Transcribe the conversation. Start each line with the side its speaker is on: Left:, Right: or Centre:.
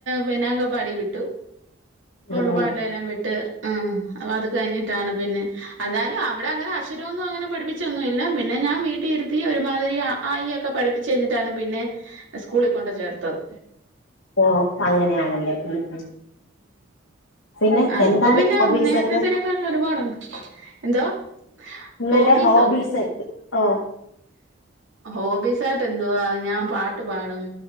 Right: പിന്നെ അംഗൻവാടിവിട്ടു
Left: ഉം
Right: അംഗൻവാടിയി
Left: ഉം
Right: ലെല്ലാം വിട്ട് ആ അപ്പോ അത് കഴിഞ്ഞിട്ടാണ് പിന്നെ അന്നാലും അവിടെ അങ്ങനെ അക്ഷരമൊന്നും അങ്ങനെ പഠിപ്പിച്ചൊന്നുമില്ല പിന്നെ ഞാൻ വീട്ടിലിരുത്തി ഒരുമാതിരി അ ആ ഇ യെക്കെ പഠിപ്പിച്ച് കഴിഞ്ഞിട്ടാണ് പിന്നെ സ്കൂളിൽ കൊണ്ട് ചേർത്തത്
Left: ഓ അങ്ങനെയാണല്ലേ ഉം ഉം പിന്നെ
Right: ആ
Left: എന്താണ്
Right: ഇപ്പോ പിന്നെ
Left: ഹോബീസ്
Right: നേരത്തത്തിനെ
Left: ഒക്കെ
Right: ക്കാട്ടിലും ഒരുപാടുണ്ട് എന്തോ
Left: നിങ്ങളടെ
Right: ഹോബീസോ
Left: ഹോബീസ് ഒക്കെ ഓ
Right: ഹോബീസ് ആയിട്ട് എന്തുവാ ഞാൻ പാട്ട് പാടും